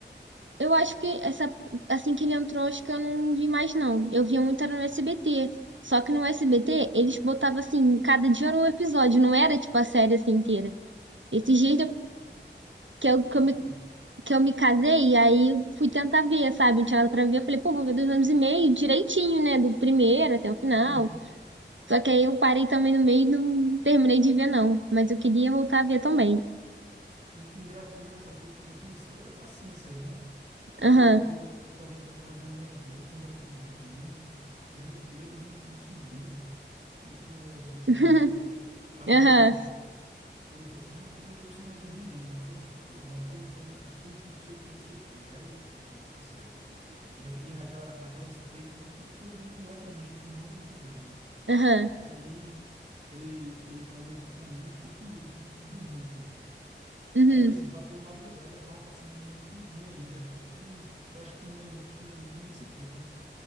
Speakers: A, on the right; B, on the right.
A: Eu acho que essa, assim que ele entrou, acho que eu não vi mais, não. Eu via muito era no SBT. Só que no SBT, eles botavam assim, cada dia era um episódio, não era tipo a série assim inteira. Esses
B: Então,
A: dias eu-
B: pronto,
A: que eu,
B: sim,
A: que eu
B: continua.
A: me, que eu me casei, e aí eu fui tentar ver, sabe? Eu tinha nada pra ver, eu falei, pô, vou ver dois anos e meio direitinho, né? Do primeiro até o final.
B: Uhum.
A: Só que aí eu parei também no meio e não terminei de ver, não. Mas eu queria voltar a ver também.
B: Engra- engraçado que eu, que eu conhecia assim a série, né? Tipo,
A: Aham.
B: eu, eu tava indo pra casa do meu avô quando era pirralha mesmo. Aí meu tio, ele é bem, bem sombrio. Meu tio, ele é daqueles
A: <laughs>
B: caras góticos. Aí
A: Aham.
B: ele fez assim, não, que hoje você não vai dormir não. Você vai ficar acordado que eu vou fazer susto, não sei o que, não sei o que. Aí eu fui, pronto, tá certo. Já fiquei naquela, naquela espreita, né? Coisa de moleque mesmo, acho que eu tinha uns 9 anos de idade.
A: Aham.
B: Aí ele, ele falou isso pra mim, eu fiquei com medo de, de dormir, pô.
A: Uhum.
B: Aí bateu madrugada, tava passando na MTV ainda. Eu, não, eu acho que não é, não é nem desse tempo, né?